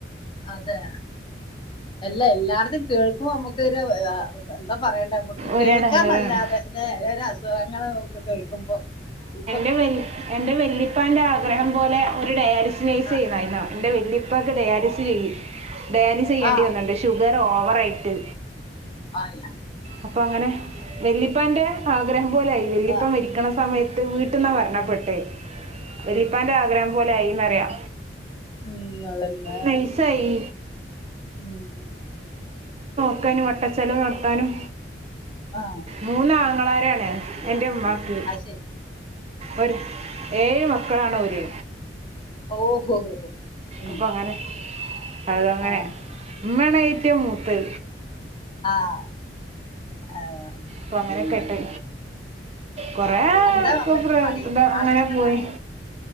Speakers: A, on the left; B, on the right.
A: അതെ എല്ലാ എല്ലായിടത്തും കേൾക്കുമ്പോൾ അമ്മുകൊരുഅഹ് അതാ പറയണ്ടേ നമുക്ക്
B: ഒരിടങ്ങേറാണ്
A: കേൾക്കാനല്ലാതെ ല്ലേ എല്ലാവരും അസുഖങ്ങൾ ന കേൾക്കുമ്പോ ഇപ്പൊ
B: എ എന്റെ വെല്ലിപ്പാന്റെ ആഗ്രഹം പോലെ ഒരു ഡയാലിസിനൈസ്
A: ആ
B: ചെയ്യുന്നായിരുന്നു എൻ്റെ വല്യുപ്പക്ക് ഡയാലിസ് ചെയ്യും ഡയാലിസ് ചെയ്യേണ്ടി
A: ആ
B: വന്ന്ണ്ട് ഷുഗർ ഓവറയിട്ട്
A: ആല്ല
B: അപ്പോം അങ്ങനെ വല്ലിപ്പൻ്റെ ആഗ്രഹം പോലെയായി വല്ലിപ്പ
A: ആ,
B: മരിക്കണ സമയത്ത് അ വീട്ടന്നാ മറണപ്പെട്ടെ വല്ലിപ്പാൻ്റെ ആഗ്രഹം പോലെ ആയിന്നറിയാ
A: ഉങ്ങന്നെ
B: നൈസായി
A: ഉം ഉം ഉ
B: ക്ക് അയിന് വട്ടച്ചലവ് നടത്താനും
A: ആ
B: മൂന്നാങ്ങളാരാന് എ ന്റെമാക്ക്
A: ആ ശരി
B: ഒര് ഏഴ് മക്കളാാണ് ഓര്
A: ഓഹോ ഓ ഉം,
B: അപ്പൊ അങ്ങനെ അതാണ്
A: ആ
B: മ്മണെറ്റു മൂതേ
A: ആഹ ആഹ
B: പ്പൊ അങ്ങനെയൊക്കെട്ടെ കൊറെേക്കെപ
A: എന്താ അവർക്ക് പണി
B: എന്താ അങ്ങനെ
A: ആൾക്കെന്താ
B: പോയി
A: പണി